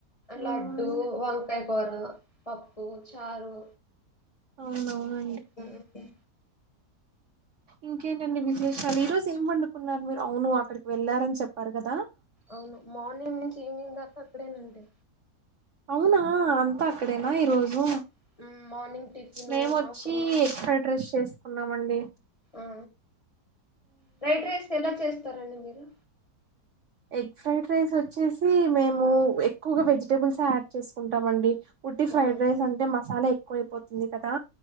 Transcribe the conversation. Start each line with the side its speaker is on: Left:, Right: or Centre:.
Right: ఉమ్
Left: లడ్డూ వంకాయ కూర పప్పు చారు
Right: అవునవును
Left: హ్మ్
Right: ఇంకేంటండి విశేషాలు ఈ రోజు ఏం వండుకున్నారు మీరు అవును అక్కడికి వెళ్ళారని చెప్పారు క
Left: అవును మార్నింగ్ నుంచి ఈవినింగ్ దాకా అక్కడేనండి
Right: అవునా అంత అక్కడేనా
Left: ఉమ్,
Right: ఈ రోజు
Left: ఉమ్, మార్నింగ్ టిఫిన్
Right: మేము వచ్చి
Left: ఆఫ్టర్నూన్
Right: ఫ్రైడ్ రైస్ చేసు కున్నామండి
Left: ఆ ఫ్రైడ్ రైస్ ఎలా చే స్తారండి మీరు
Right: ఎగ్ ఫ్రైడ్ రైస్ వచ్చేసి మేము ఎక్కువగా వెజిటెబుల్స్ యాడ్ చేసుకుంటాం అండి వట్టి ఫ్రైడ్
Left: అవును
Right: రైస్ అంటే మ చాలా ఎక్కువయిపోతంది కదా